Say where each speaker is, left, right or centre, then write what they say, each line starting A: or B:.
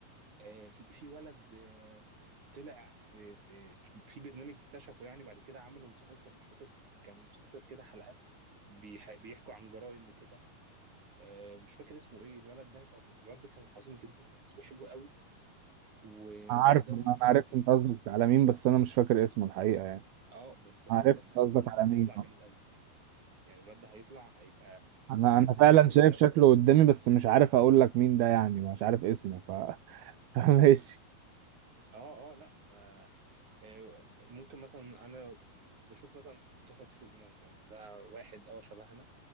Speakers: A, on the right (about 50°); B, on the right (about 75°).
A: آه، في في ولد آه، طلع في في في برنامج اكتشفه يعني بعد كده عملوا مسلسل مش فاكر كان مسلسل كده حلقات بيح- بيحكوا عن جرائم وكده آه، مش فاكر اسمه ايه الولد ده كان الولد ده كان عظيم جدا تمثيله حلو قوي و-
B: عارف
A: وأداؤه
B: انا
A: رهيب
B: عرفت
A: بصراحة
B: انت قصدك على مين بس انا مش فاكر اسمه الحقيقه يعني
A: اه بس هو
B: عرفت
A: واد
B: قصدك
A: هو الواد
B: على
A: ده هيطلع
B: مين
A: جامد قوي يعني الواد ده هيطلع هيبقى
B: انا
A: بجد
B: انا فعلا
A: هيبقى جامد
B: شايف
A: قوي
B: شكله قدامي بس مش عارف اقول لك مين ده يعني مش عارف اسمه ف... <laughs> فماشي
A: اه اه لا ف آه، ممكن مثلا انا بشوف مثلا طه دسوقي مثلا ده واحد اه شبهنا